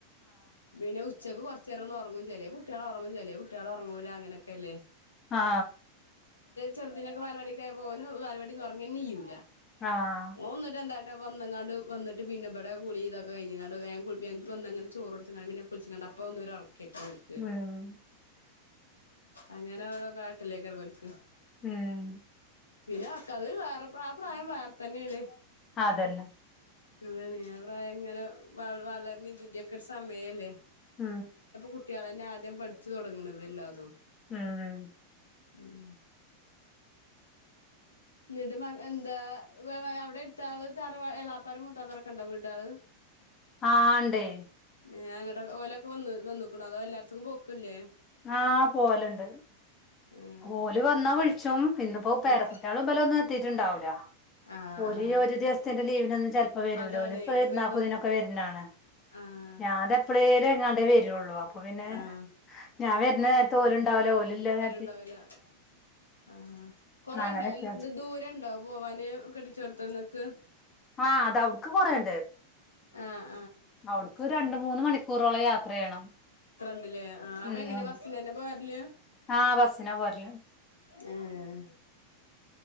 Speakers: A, on the left; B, on the left.
A: പിന്നെ ഉച്ചക്ക് കൊർചേരൊം ള്ളൊ ങ്ങും ചെ കുട്ട്യാള് ഒറങ്ങും ചല്ലേ കുട്ട്യാള് ഒറങ്ങൂല അങ്ങനൊക്കല്ലേ.
B: ആ
A: ചെറുദിനൊക്കെ വാലവാടിക്ക് പോയപ്പം ഓന് വാലവാടിന്ന് ഒറങ്ങേന്നെ ചെയ്യൂല
B: ആഹ്
A: ഓൻന്നട്ട് എന്താ വന്നങ്ങണ്ട് വന്നിട്ട് പിന്നെപടെ കുളിതക്കെ കഴിഞ്ങ്ങാണ്ട് വേം കുളിച്ചി ഒന്നങ് ചോറ് കൊടുത്തങ്ങാണ്ട് പിന്നെ കുളിച്ചങ്ങാണ്ട് അപ്പൊ ഒന്നുരാ കേക്നോൽക്ക്
B: ഉം
A: അങ്ങനെ ഓരോ കാട്ടിലേക്കരം ഓൽക്ക്
B: ഉം
A: പിന്നാക്കത് വേറെ പ്രാ ആ പ്രായം വേർന്നേണ്
B: അതന്നെ
A: അതാണ് ഞാൻ പ്രായം ഇങ്ങനെ വളര്ണ ഇതിന്റെയ ഒക്കെ ഒരു സമയല്ലേ
B: ആ
A: കുട്ടികളന്നെ ആദ്യം പഠിച്ചു തുടങ്ങണുന്നത് എല്ലാതും
B: ഉം
A: ഉം ന്നിട്ട് പോ എന്താ അവിടെ എടുത്ത ആള് തറ എളാപ്പാരും മൂത്താപ്പര്ക്കെ ഉണ്ടാ വീടാള്
B: ആ ണ്ട്
A: ഏ അങ്ങട്ട ഓലൊക്കെ വന്ന് വന്നക്ക്‌ണോ അതോ എല്ലാർത്ക്കും പോക്കില്ലേ
B: ആഹ് പോവല്ണ്ട്
A: ഏ
B: ഓല് വന്നാ വിള് ച്ചും ഇന്ന്പ്പോ
A: വിളിച്ച
B: പേരക്കുട്ടിളും ബലൊന്നും എത്തിയിട്ടുണ്ടാവുല
A: ആഹ്
B: ഓല്
A: ആഹ്
B: ഈ ഒരു ദിവസത്തിന്റെ ലീവിന് ചെലപ്പോ വരുലോല്
A: അതാണ്
B: പെര്ന്നാക്ക്
A: വ വന്ന്
B: തിനൊക്കെ വരുന്നാണ്
A: ആഹ്
B: ഞാന് എപ്പഴെല് എങ്ങാണ്ടേ വരുള്ളു അപ്പൊ പിന്നെ
A: ആഹ്
B: ഞാൻ വരുന്ന നേരത്തെ ഓലുണ്ടാവൂല ഓലില്ലതെ
A: ണ്ടാവില്ല ആഹ കൊറെ
B: അങ്ങനെയൊക്കെ
A: ഉണ്ടാവ ദു ദൂരണ്ടാവും പോവാന് കെട്ടിച്ചോർത്തന്നൊക്കെ
B: ആഹ അത അടുക്ക് കൊറേണ്ട്
A: ആഹ
B: അവവിടുക്ക് രണ്ട മൂന്ന് മണിക്കൂറോളം യാത്ര ചെയ്യണം
A: ല്ലേ ആ അപ്പൊ
B: ഉം
A: എങ്ങനെ ബസ്സി തന്നെ പോയറല്
B: ആ ബസ്സിനാ പോരല്
A: ആഹ